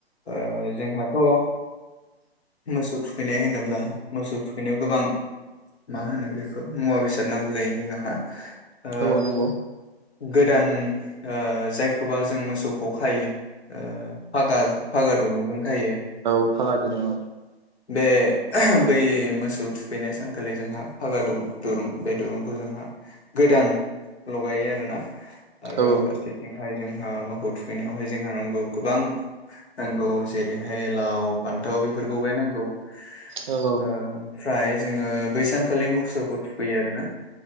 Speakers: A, on the left (about 85°); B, on the right (about 45°).
A: ओ जोंहाथ' मोसौ थुखैनाय होनोब्ला मोसौ थुखैनायाव गोबां मा होनो बेखौ मुवा बेसाद नांगौ जायो ओ
B: औ नंगौ
A: गोदान ओ जायखौबा जों मोसौखौ खायो फागा फागा दुरुंजोंखायो
B: औ फागा दिरुङाव
A: बे बै मोसौ थुखैनाय सानखालि जोंहा फागा दुं दुरुं बे दुरुंखौ जों जोंहा गोदान लगायो आरोना आरो
B: औ
A: फारसेथिं हाय जोंहा मोखौ थुखैनायावहाय जोंहा नांगौ गोबां नांगौ। जेरैहाय लाव फान्थाव बेफोरखौ बायनांगौ। ओ
B: औ
A: ओमफ्राय जोंङो बै सान खालि मोसौखौ थुखैयो आरोना